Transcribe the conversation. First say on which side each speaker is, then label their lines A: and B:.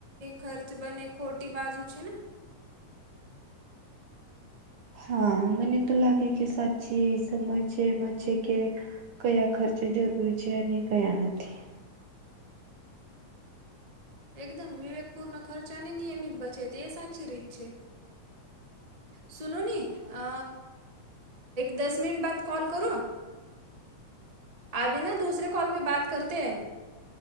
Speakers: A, on the right (about 40°); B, on the right (about 65°).
A: ખર્ચ બને ખોટી બાજુ છે ને
B: હા મને તો લાગે કે સાચી એ સમજ જે મા છે કે કયા ખર્ચે જરૂરી છે અને કયા નથી
A: એકદમ વિવેકપૂર્ ન ખર્ચ અને નિયમિત બચે એ સાચી રીત છે સુનો ને અ દસ મિનીટ બાદ કોલ કરૂ અભી ના દૂસરે કોલ પે બાત કરતી હૈ